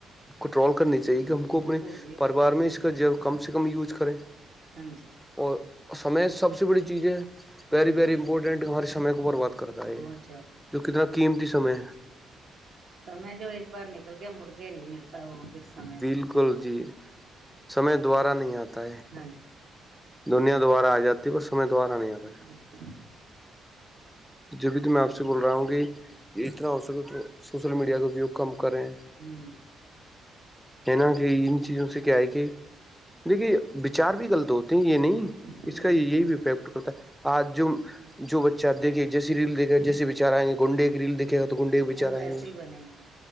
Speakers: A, in the centre; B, on the right.
A: کنٹرول کرنی چاہیے کہ ہم کو
B: بالکل
A: اپنے
B: جی
A: پریوار
B: بالکل
A: میں اس کا کم سے کم یوز کریں
B: ہاں جی
A: اور سمع سب سے بڑی چیز ہے <unintelligible> ویری
B: ہوں
A: ویری امپورٹنٹ ہمارے سمے کو برباد کرتا ہے
B: بہت زیادہ
A: جو کتنا قیمتی سمے
B: سمے جو ایک بار نکل کے مڑ کے نہیں ملتا وہ پھر سمے
A: بالکل جی سمے دوبارہ نہیں آتا ہے
B: ہاں
A: دنیا دوبارہ آ جاتی ہے پر سمے دوبارہ نہیں آتا ہے
B: <unintelligible>
A: جب بھی تو میں آپ سے بول رہا ہوں گی کہ اتنا ہو سکے انا سوشل میڈیا کا ویو کم کریں
B: ہوں
A: ہے نا کہ ان چیزوں سے کیا ہے کہ دیکھیے بچار بھی غلط ہوتے یہ نہیں
B: ہوں
A: اس کا یہی بھی افیکٹ کرتا ہے آج جو جو بچہ دیکھے <unintelligible> کے بچار
B: وہ
A: آئیں
B: ویسے
A: گے
B: ہی بنے گا